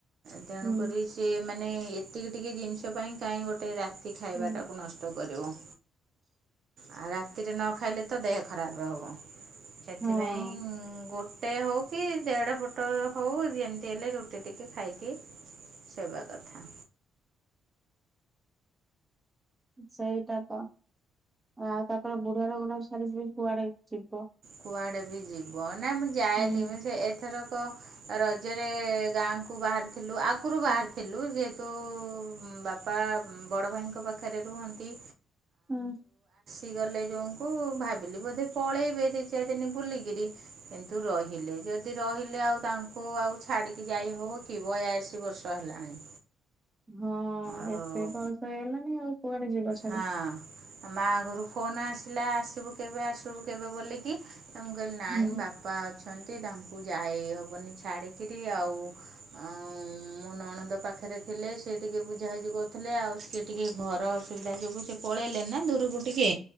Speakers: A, on the right; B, on the right.
A: ତେଣୁକରି
B: ହୁଁ
A: ସିଏ ମାନେ ଏତିକି ଟିକେ ଜିନିଷ ପାଇଁ କାହିଁ ଗୋଟେ ରାତି ଖାଇବାଟାକୁ
B: ହୁଁ
A: ନଷ୍ଟ କରିବ। ଆଉ ରାତିରେ ନ ଖାଇଲେ ତ ଦେହ ଖରାପେ ହବ ସେଥିପାଇଁ
B: ହଁ
A: ଗୋ ଗୋଟେ ହଉ କି ଦେଢ ପଟ ହଉ ଯେମିତି ହେଲେ ରୁଟି ଟିକେ ଖାଇକି। ସେଇ ବା କଥା।
B: ସେଇଟା ତ ଆଉ ତାପରେ ବୁଢା ଲୋକଟା କୁ ଛାଡିକି ବି କୁଆଡେ ଯିବ?
A: କୁଆଡେ ବି ଯିବ? ନା ମୁଁ ଯାଏନି
B: ହୁଁ
A: ମୁଁ ସେ ଏ ଏଥରକ ରଜରେ ଗାଁକୁ ବାହାରିଥିଲୁ ଆଗରୁ ବାହାରିଥିଲୁ ଯେହେତୁ। ଉଁ ବାପା ଉଁ ବଡ ଭାଇଙ୍କ ପାଖରେ ରୁହନ୍ତି।
B: ଉଁ।
A: ଇ ଗଲେ ଯୋଉଙ୍କୁ ଭାବିଲି ବୋଧେ ପଳେଇବେ ଏଇ ଦି ଦି ଚାରିଦିନ ବୁଲିକିରି କିନ୍ତୁ ରହିଲେ ଯଦି ରହିଲେ ଆଉ ତାଙ୍କୁ ଆଉ ଛାଡିକି ଯାଇ ହବ କି ବୟାଶୀ ବର୍ଷ ହେଲାଣି?
B: ହଁ
A: ଆଉ
B: ଏତେ ବୟସ ହେଇଗଲଣିି ଆଉ। କୁଆଡେ ଯିବ ଛାଡିକି।
A: ହଁ ମା ଘରୁ ଫୋନ ଆସିଲା ଆସିବୁ କେବେ ଆସିବୁ କେବେ ବୋଲିକି? ମୁଁ କହିଲି ନାଇଁ
B: ହୁଁ
A: ବାପା ଅ ଅଛନ୍ତି ତାଙ୍କୁ ଯାଇହବନି ଛାଡ଼ିକିରି ଆଉ ଉଁ ମୁଁ ନଣନ୍ଦ ପାଖ ପାଖରେ ଥିଲେ ସିଏ ଟିକେ ବୁଝା ବୁଝି କରୁଥିଲେ ଆଉ ସିଏ ଟିକେ ଘର ଅସୁ ବିଧା ଯୋଗୁ ସେ ପଳେଇଲେ ନା ଦୂରକୁ ଟିକେ